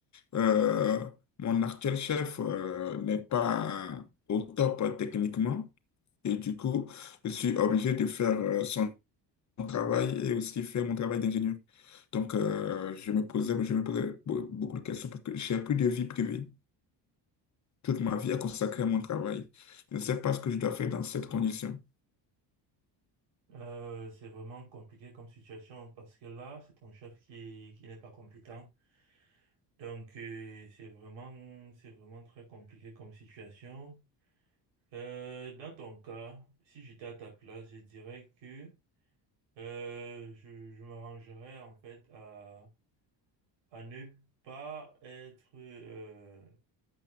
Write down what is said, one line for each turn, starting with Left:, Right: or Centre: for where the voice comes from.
Left: Euh, mon actuel chef euh, n'est pas au top euh, techniquement et du coup, je suis obligé de faire euh, son travail et aussi faire mon travail d'ingénieur. Donc, euh, je me posais, je me posais be- beaucoup de questions parce que j'ai plus de vie privée. Toute ma vie est consacrée à mon travail. Je ne sais pas ce que je dois faire dans cette condition.
Right: Euh, c'est vraiment compliqué comme situation parce que là, c'est ton chef qui, qui n'est pas compétent. Donc, euh, c'est vraiment, c'est vraiment très compliqué comme situation. Euh, dans ton cas, si j'étais à ta place, je dirais que Euh, je, je m'arrangerais en fait à, à ne pas être, euh,